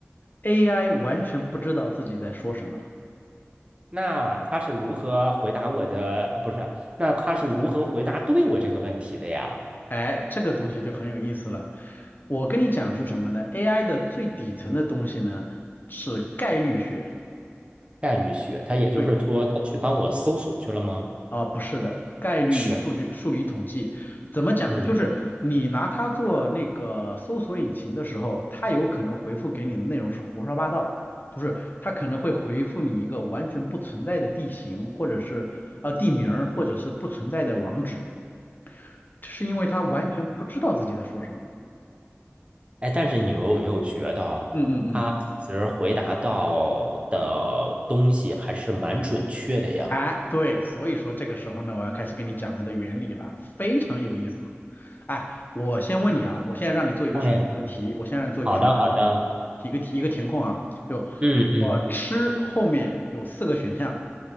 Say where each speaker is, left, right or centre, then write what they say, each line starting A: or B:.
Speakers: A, on the left; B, on the right.
A: ，AI 完全不知道自己在说什么。
B: 那他是如何回答我的？呃不是，那他是如何回答对我这个问题的呀？
A: 哎，这个东西就很有意思了。我跟你讲是什么呢？AI 的最底层的东西呢是概率学。
B: 概率学，他也就是说，
A: 对，
B: 他去帮我搜索去了吗？
A: 啊、不是的，概率数据数理统计怎么讲呢？
B: 是。嗯。
A: 就是你拿它做那个搜索引擎的时候，它有可能回复给你的内容是胡说八道，就是它可能会回复你一个完全不存在的地形，或者是呃地名儿，或者是不存在的网址，这是因为它完全不知道自己在说什么。
B: 哎，但是你们有没有觉得啊他其实回答到的东西还是蛮准确的呀？
A: 嗯嗯嗯哎，对，所以说这个时候呢，我要开始跟你讲它的原理了，非常有意思。哎，我先问你啊，我现在让你做一个选择题，
B: 哎，
A: 我先让你做一个选择题，
B: 好的，好的，
A: 一个一个填空啊，就
B: 嗯嗯，
A: 我吃后面有四个选项